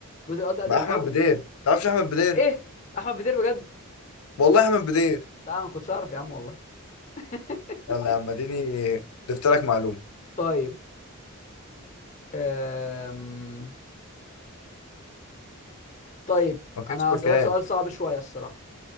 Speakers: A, on the left; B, on the left.
A: الجزء الاول ده قديم
B: ما أحمد
A: قوي
B: بدير تعرفش أحمد بدير
A: ايه احمد بدير بجد
B: والله أحمد بدير
A: لا ما كنتش اعرف يا عم والله <laughs>
B: يلا يا عم اديني ضفت لك معلومة
A: طيب أم... طيب
B: ما فيش
A: انا هسألك
B: كلام
A: سؤال صعب شوية الصراحة